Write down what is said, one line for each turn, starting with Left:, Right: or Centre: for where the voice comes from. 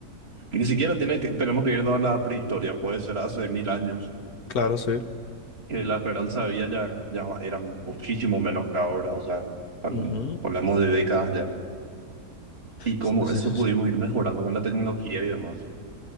Right: que ni siquiera tiene que, tenemos que irnos a la prehistoria, puede ser hace mil años,
Left: Claro, sí.
Right: que la esperanza de vida ya, ya era muchísimo menos que ahora, o sea, tan-
Left: Ujú.
Right: hablamos de décadas ya. Y cómo
Left: Sí, sí,
Right: eso
Left: sí.
Right: pudimos
Left: sí.
Right: ir mejorando con la tecnología y demás.